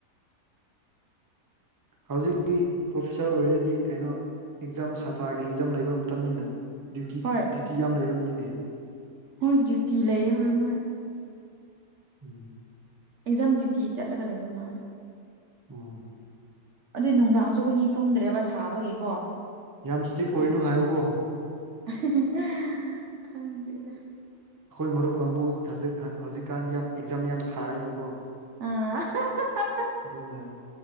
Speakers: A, on the right; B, on the right.
A: ꯍꯧꯖꯤꯇꯤ ꯄ꯭ꯔꯣꯐꯦꯁꯥꯔ ꯑꯣꯏꯔꯗꯤ ꯀꯩꯅꯣ ꯑꯦꯛꯖꯥꯝ ꯁꯥꯇ꯭ꯔꯥꯒꯤ ꯑꯦꯛꯖꯥꯝ ꯂꯩꯕ ꯃꯇꯝꯅꯤꯅ ꯗ꯭ꯌꯨꯇꯤ
B: ꯍꯣꯏ
A: ꯗ꯭ꯌꯨꯇꯤ ꯌꯥꯝ ꯂꯩꯔꯝꯅꯤꯅꯦ
B: ꯍꯣꯏ ꯗ꯭ꯨꯌꯇꯤ ꯂꯩꯌꯦ ꯍꯣꯏ ꯃꯣꯏ
A: ꯎꯝ
B: ꯑꯦꯛꯖꯥꯝ ꯗ꯭ꯌꯨꯇꯤ ꯆꯠꯂꯒ ꯂꯩꯕ ꯃꯥꯜꯂꯦ
A: ꯑꯝ
B: ꯑꯗꯨ ꯅꯨꯡꯗꯥꯡꯁꯨ ꯑꯈꯣꯏꯅꯤ ꯇꯨꯝꯗ꯭ꯔꯦꯕ ꯁꯥꯕꯒꯤꯀꯣ
A: ꯌꯥꯝ ꯏꯁꯇ꯭ꯔꯤꯛ ꯑꯣꯏꯅꯨ
B: ꯑꯗꯨ
A: ꯍꯥꯏꯌꯨꯀꯣ
B: ꯑꯍꯤ ꯍ ꯈꯪꯗꯦꯗ
A: ꯑꯈꯣꯏ ꯃꯔꯨꯞ ꯀꯥꯡꯕꯨ ꯍꯧꯖꯤꯛ ꯍꯧꯖꯤꯛꯀꯥꯟ ꯌꯥꯝ ꯑꯦꯛꯖꯥꯝ ꯌꯥꯝ ꯊꯥꯔꯦꯕꯀꯣ
B: ꯑ ꯑꯍ ꯍ ꯍ
A: ꯑꯗꯨꯅ